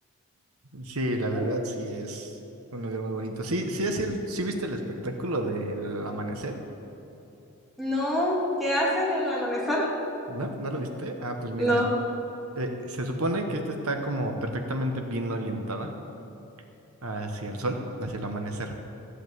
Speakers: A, on the right (about 80°); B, in the centre.
A: Sí, la verdad,
B: <laughs>
A: sí es un lugar muy bonito. Sí, sí, así, sí viste el espectáculo del amanecer.
B: No, ¿qué hacen al amanecer?
A: ¿No? ¿No lo viste? Ah, pues mira,
B: No.
A: Eh, se supone que esta está como perfectamente bien orientada hacia el sol, hacia el amanecer.